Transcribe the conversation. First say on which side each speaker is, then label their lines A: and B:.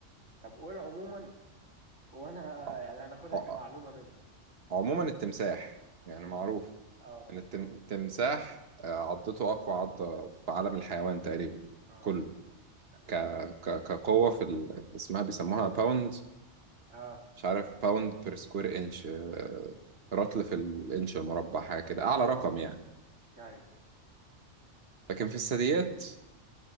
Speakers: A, on the right; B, on the right.
A: طب قول عموما وانا <laughs>
B: آه.
A: يعني هناخدها
B: آه.
A: كمعلومه منك
B: آه. عموما التمساح يعني
A: عموما
B: معروف
A: اه بالظبط
B: ان التم... التمساح آه، عضته اقوى عضة في عالم الحيوان تقريبا
A: اه
B: كله
A: تقريبا
B: ك... ك... كقوة في ال... اسمها بيسموها باوند
A: اه
B: مش عارف باوند بير سكوير انش رطل في الانش المربع حاجه كده اعلى رقم يعني
A: ايوه
B: لكن في الثدييات